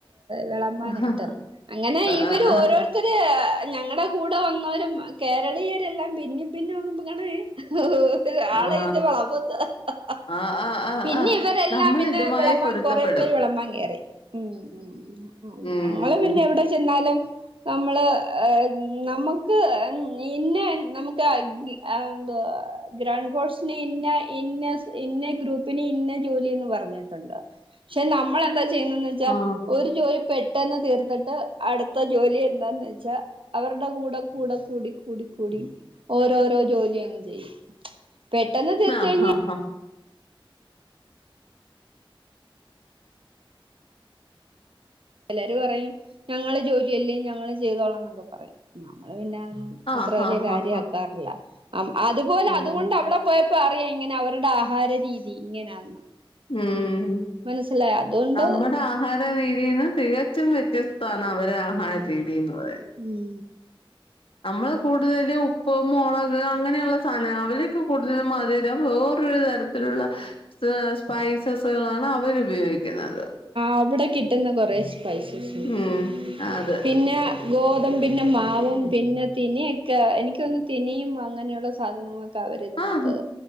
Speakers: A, on the right; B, on the left.
A: വിളമ്പാനായിട്ട്
B: ആഹ്
A: അങ്ങനെ ഇവര്
B: ആഹ് ആഹ്
A: ഓരോ <unintelligible>
B: ആഹ്
A: <unintelligible>
B: ആഹ് ആഹ് ആഹ്
A: പിന്നെ
B: ആഹ്
A: ഇവരെല്ലാം
B: നമ്മൾ
A: പിന്നെ
B: ഇതുമായി
A: വിളമ്പാൻ
B: പൊരുത്തപ്പെടും
A: കൊറേ പേര് വിളമ്പാൻ കേറി ഉം ഉം ഉം
B: ഉം
A: ഞങ്ങൾ പിന്നെ എവിടെ ചെന്നാലും നമ്മള് നമുക്ക് നിന്നെ <unintelligible> ഏഹ് ന്താ ഗ്രൗണ്ട് കോഴ്സിന് ഇന്ന ഇന്ന ഇന്ന ഗ്രൂപ്പിന് ഇന്ന ജോലിയെന്ന്പറഞ്ഞ് <unintelligible> ക്ഷേ നമ്മളെന്താ ചെയ്യുന്നെന്ന് വെച്ചാൽ
B: ഉം
A: ഒരു ജോലി പെട്ടെന്ന് തീർ ഏഹ് അടുത്ത ജോലി എന്താന്നെച്ചാ അവരുടെ കൂടെ കൂടെ കൂടി കൂടി കൂടി ഓരോരൊ ജോലിയങ്ങ് ചെയും പെട്ടെന്ന്
B: ആഹ്
A: തീർത്തഴിഞ്ഞ
B: ആഹ് ഹാ ഹാ
A: ചെലരു പറയും ഞങ്ങളജോലിയല്ലേ ഞങ്ങള് ചെയ്തോളാം ന്നക്കെ പറയും നമ്മള് പിന്നങ്ങ്
B: ആഹ്
A: അത്ര
B: ഹാ
A: വല്യകാര്യ
B: ഹാ ഹാ
A: ആക്കാർല്ല അം അതുപോലെ
B: ഉം
A: അതുകൊണ്ട് അവിടെ പോയപ്പറിയാം ഇങ്ങനെ അവരുടെ ആഹാര രീതി ഇങ്ങനാന്ന്
B: ഉം
A: മനസ്സിലായ അതുകൊണ്ട്
B: നമ്മടെ ആഹാര രീതീന്ന് തികച്ചും വ്യത്യസ്താണ് അവരെ ആഹാര രീതിന്ന് പറയുന്ന
A: ഉം
B: നമ്മള് കൂടുതല് ഉപ്പ് മുളക് അങ്ങനെയുള്ള സാനം അവര്ക്ക്‌ കൂടുതൽ മധുരം വേറരു തര <unintelligible> സ്പൈസസുകളാണ് അവരുപയോഗിക്കുന്നത്
A: അവിടെ കിട്ടുന്ന കൊറേ സ്പൈസസ് ഉണ്ട്
B: ഉം അത്
A: പിന്നാ ഗോതമ്പിന്റെമാവും പിന്നെ തിനിയൊക്കെ എനിക്കൊന്ന് തിനിയും അങ്ങനെയുള്ള സാധനങ്ങളൊ അവരിതിനാത്ത്
B: ആഹ്